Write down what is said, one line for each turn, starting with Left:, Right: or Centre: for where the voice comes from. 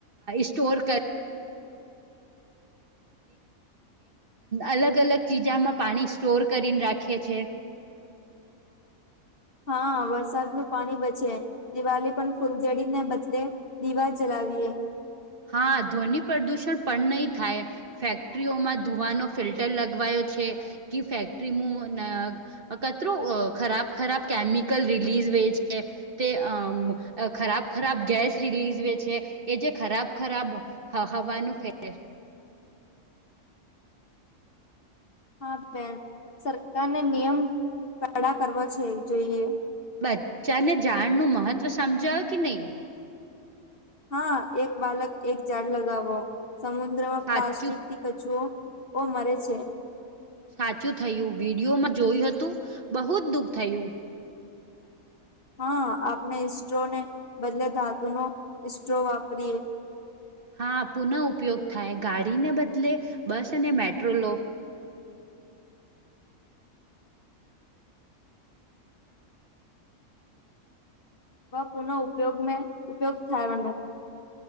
Right: સ્ટોર કરી અલગ અલગ ચીજામાં પાણી સ્ટોર કરીને રાખે છે.
Left: હા વરસાદ નું પાણી બચે દિવાળી પણ ફૂલ જડીનને બદલે રીવા જલાવીએ
Right: હા ધ્વનિ પ્રદુષણ પણ નહી થાય ફેક્ટરીઓમાં ધુવાનો ફિલ્ટર લગવાયો છે કે ફેક્ટરી મુ ન અ કચરો ખરાબ ખરાબ કેમિકલ રિલીઝ વેય છે. તે અ ખરાબ ખરાબ ગેસ રિલીઝ વે છે એ જે ખરાબ ખરાબ હ હવાનું ફેરે
Left: હા બેન સરકારને નિયમ કડા કરોવા છે જોઈએ
Right: બચ્ચાને જાડ નું મહત્વ સમજાયો કે નહી
Left: હા એક બાલક એક ઝાડ લગાવો સમુદ્રમાં
Right: સાચું
Left: પ્લાસ્ટિક થી કચુંઓ ઓ મરે છે.
Right: સાચું થયું વિડીયોમાં જોયું હતું બહુ જ દુઃખ થયું
Left: હા આપણે ઇસ્ટ્રો ને બદલે ધાતુનો ઇ સ્ટ્રો વાપરીયએ
Right: હા પુનઃ ઉપયોગ થાય ગાડીને બદલે બસ અને મેટ્રો લો
Left: બ પુન ઉપયોગમાં ઉપયોગ થાય વન